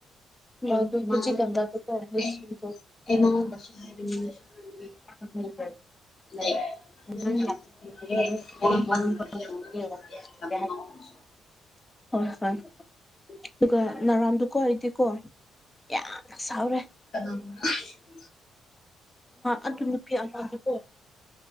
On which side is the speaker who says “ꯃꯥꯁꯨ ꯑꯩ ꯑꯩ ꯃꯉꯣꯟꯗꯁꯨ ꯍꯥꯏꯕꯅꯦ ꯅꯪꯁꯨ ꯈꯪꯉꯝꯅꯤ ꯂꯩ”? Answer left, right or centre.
Left